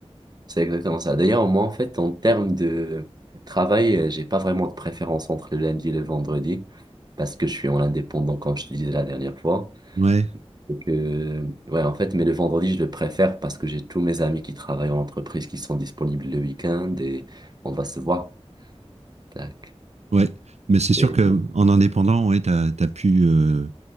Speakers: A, on the right; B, on the right.
A: c'est exactement ça. D'ailleurs, moi, en fait, en termes de travail, euh, j'ai pas vraiment de préférence entre le lundi et le vendredi parce que je suis en indépendant, comme je te disais la dernière fois.
B: Ouais,
A: Donc, euh, ouais, en fait, mais le vendredi, je le préfère parce que j'ai tous mes amis qui travaillent en entreprise qui sont disponibles le week-end et on va se voir. Tac.
B: ouais. Mais c'est sûr
A: Et
B: que en indépendant, ouais, t'as, t'as pu. euh,